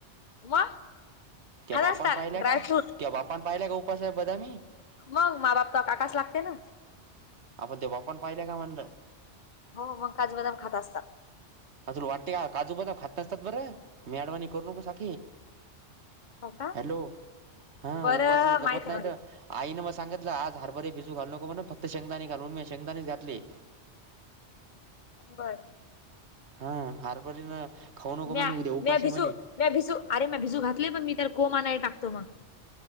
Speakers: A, on the left; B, on the right.
A: मग
B: त्या
A: खात
B: बापान
A: असतात
B: पाहिल्या
A: ड्रायफ्रूट
B: का बापान पाहिल्या का उपासाहेब बदामी.
A: मग मा बाप तकास लागते ना.
B: आपण ते बापानं पाहिल का म्हणलं?
A: हो मग काजु बदाम खात असता.
B: अजल वाटे काजू बदाम खात नसतात बरं मी म्याडवाणी करू नको आखी.
A: हो का
B: हॅलो हा
A: बरं
B: उपासा जमत
A: माहित
B: नाहीत.
A: आहे
B: आईनें म सांगितलं आज हरभरे भिजू घाल नको ना फक्त शेगदानी घालून मी शेंगदानीच घातले.
A: बरं
B: हा हारप ना खाऊ नको
A: म्या
B: म्हणे उद्या
A: म्या
B: उपास
A: भिजू
B: आहे म्हणे.
A: म्या भिजू अरे मग भिजू घातली पण मी तर कोमा नाही टाकतो मग.